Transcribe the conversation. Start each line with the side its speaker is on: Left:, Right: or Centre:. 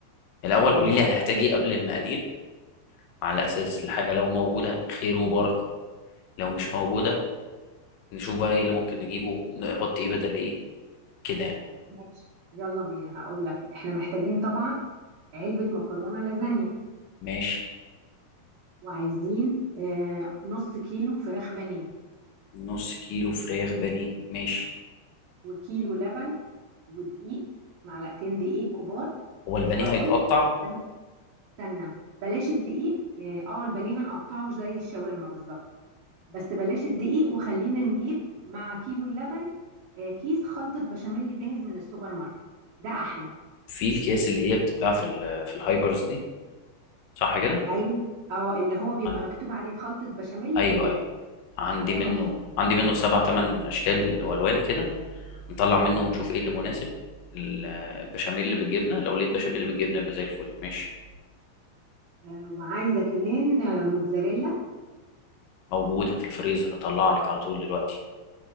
Left: الأول
Right: آه،
Left: قولي لي هنحتاج إيه قبل المقادير على أساس الحاجة لو موجودة خير وبركة لو مش موجودة نشوف بقى إيه اللي ممكن نجيبه نحط إيه بدل إيه كده يعني
Right: ماشي يلا بينا هقول لك احنا محتاجين طبعا علبة مكرونة لازانيا
Left: ماشي
Right: وعايزين آه، نص كيلو فراخ بانيه
Left: نص كيلو فراخ بانيه ماشي
Right: وكيلو لبن ودقيق معلقتين دقيق كبار
Left: هو البانيه
Right: او
Left: هيتقطع
Right: اقول لك بل- استنى بلاش الدقيق اه آه، البانيه هنقطعه زي الشاورما بالظبط بس بلاش الدقيق وخلينا نجيب مع كيلو اللبن آه، كيس خلطة بشاميل جاهز من السوبر ماركت ده أحلى
Left: في الكيس اللي هي بتتباع في ال في الهايبرز دي صح كده
Right: أيوة أه اللي هو بيبقى
Left: عن-
Right: مكتوب عليه خلطة بشاميل
Left: ايوه
Right: بالجبنة
Left: ايوه عندي
Right: ده
Left: منه
Right: تحفة
Left: عندي منه سبع تمن اشكال والوان كده نطلع منه ونشوف ايه اللي مناسب البشاميل اللي بالجبنه لو لقيت بشاميل بالجبنه يبقى زي الفل ماشي
Right: آه، وعايزة كمان آه، موتزاريلا
Left: موجوده في الفريزر اطلع لك على طول دلوقتي